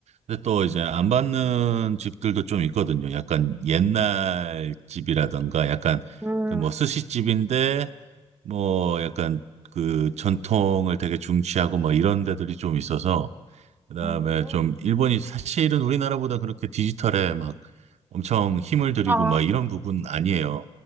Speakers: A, on the right; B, on the right.
A: 근데 또 이제 안 받는 집들도 좀 있거든요. 약간 옛날 집이라든가 약간
B: 음,
A: 그 뭐 스시집인데 뭐 약간 그 전통을 되게 중시하고 뭐 이런 데들이 좀 있어서 그다음에
B: 음.
A: 좀 일본이 사실은 우리나라보다 그렇게 디지털에 막 엄청 힘을 들이고
B: 아,
A: 막 이런 부분 아니에요.